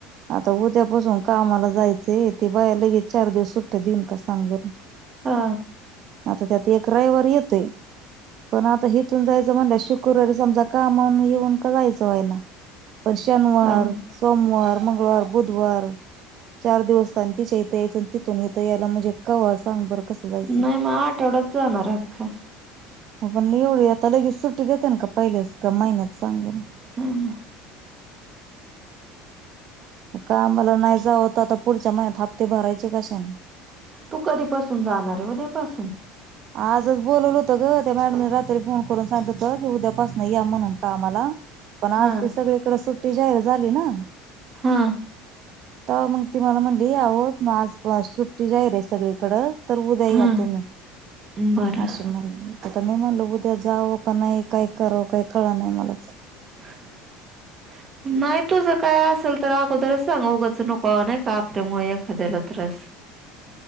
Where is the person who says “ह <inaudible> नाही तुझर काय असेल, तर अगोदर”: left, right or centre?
Right